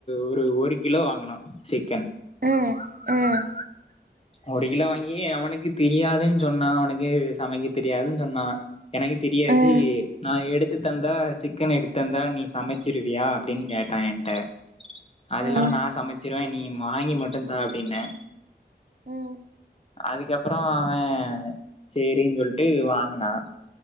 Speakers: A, on the left; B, on the right.
A: ஒரு ஒரு கிலோ வாங்குனோ சிக்கன்
B: ம் ம்
A: ஒரு கிலோ வாங்கி அவனுக்கு தெரியாதுனு சொன்னா அவனுக்கு சமைக்க தெரியாதுன்னு சொன்னா எனக்கு தெரியாது
B: ம்
A: நா எடுத் து தந்தா சிக்கன் எடுத்துதந்தா நீ சமைச்சிருவியா அப்டின்னு கேட்டா என்கிட்ட அதெல்லா
B: ம்
A: நா சமைச்சிருவேன் நீ வாங்கி மட்டுதா அப்டின்னே
B: ம்
A: அதுக்கப்பறோ அவன் சேரின்னு சொல்ட்டு வாங்குனா